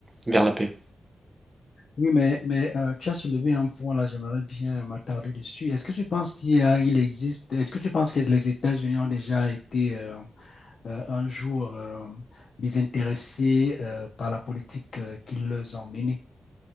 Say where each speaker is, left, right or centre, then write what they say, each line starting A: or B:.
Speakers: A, on the right; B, on the left.
A: vers la paix.
B: Oui, mais, mais euh, tu as soulevé un point là, j'aimerais bien m'attarder dessus. Est-ce que tu penses qu'il y a- il existe, est-ce que tu penses que les États-Unis ont déjà été... euh, euh, un jour euh, désintéressés euh, par la politique euh, qui les emmène.